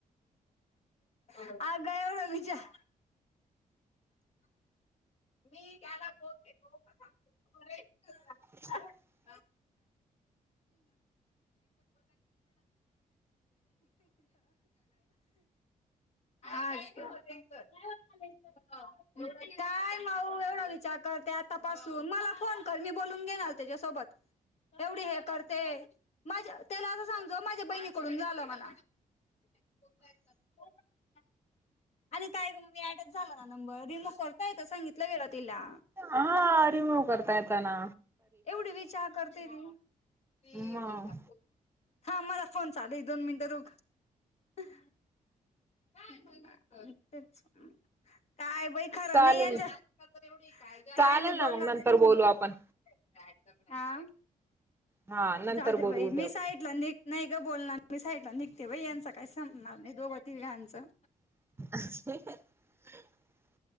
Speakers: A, on the left (about 50°); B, on the right (about 15°).
A: अगं एवढा विचार. <unintelligible> मी त्याला बोलते. तू उग <unintelligible>
B: <unintelligible>
A: <unintelligible> <unintelligible> आज काय? <unintelligible> काय मऊ एवढा विचार. <unintelligible> करते आता पासून मला फोन कर, मी बोलून घेनार तेच्या सोबत. एवढी हे करते माझ्या त्याला समजावं, असं माझ्या बहिणीकडून झालं मनाव. <unintelligible> आणि काय गं ऍडच झाला, ना नंबर रिमूव्ह कर काय? एकदा सांगितलं गेल तिला.
B: हा रिमुव्ह करता येतं ना.
A: एवढे विचार करते, मी ते
B: मग
A: गोळी दाखव. हा मला फोनच चालूय दोन मिनटं <unintelligible> काय पण, कर तेच? काय बाई! खरं
B: चालेल
A: नाही यांनच <unintelligible> तेवढी काय
B: चालेल
A: नाय
B: ना
A: बोलना
B: मग नंतर
A: दीदी काय
B: बोलू आपण
A: तर हा?
B: हा नंतर
A: जाऊदे
B: बोलू
A: बाई!
B: उद्या
A: मी
B: बोलू.
A: साईडला निघ नाई ग बोलणार, मी साईडला निघते. यांच काही संपणार नाही दोघं, तिघांचं.
B: <unintelligible>